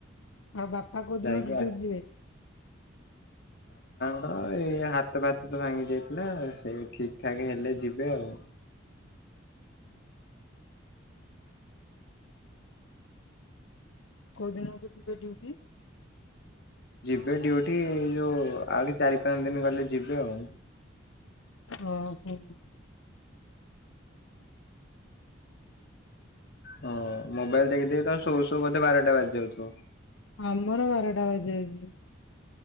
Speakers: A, on the left; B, on the left.
A: ଆଉ ବାପା କୋଉ
B: ଯାଇକି
A: ଦିନ ଠୁ
B: ଆସି
A: ଡ୍ୟୁଟି ଯିବେ?
B: ଆପଣ ଏଇ ହାତ ଫାତ ତ ଭାଙ୍ଗି ଯାଇଥିଲା ସେ ଠିକ ଠାକ ହେଲେ ଯିବେ ଆଉ।
A: କୋଉ ଦିନ ଯିବେ ଡ୍ୟୁଟି?
B: ଏବେ ଡ୍ୟୁଟି ଯୋଉ ଆଉରି ଚାରି ପାଞ୍ଚ ଦିନ ଗଲେ ଯିବେ ଆଉ।
A: ଓ ହୋଁ।
B: ହଁ ମୋବାଇଲ ଦେଖି ଦେଖି ତ ଶୋଉ ଶୋଉ ବୋଧେ ବାରଟା ବାଜି ଯାଉଥିବ।
A: ଆମର ବାରଟା ବଜାଉଛି।